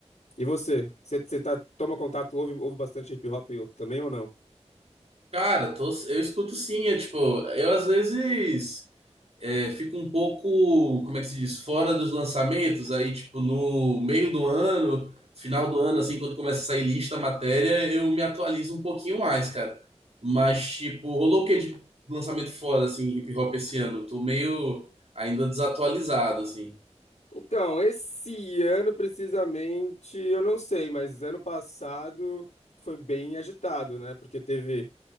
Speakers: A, on the left (about 80°); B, on the right (about 60°).
A: E você? Você você tá, toma contato, ouve, ouve bastante hip hop também ou não?
B: Cara, tô- eu escuto sim, é tipo, eu às vezes é, fico um pouco, como é que se diz, fora dos lançamentos, aí tipo, no meio do ano, final do ano, assim, quando começa a sair lista, matéria, eu me atualizo um pouquinho mais, cara. Mas, tipo, rolou o que de lançamento foda, assim, hip hop esse ano? Tô meio ainda desatualizado, assim.
A: Então, esse ano precisamente, eu não sei, mas ano passado foi bem agitado, né? Porque teve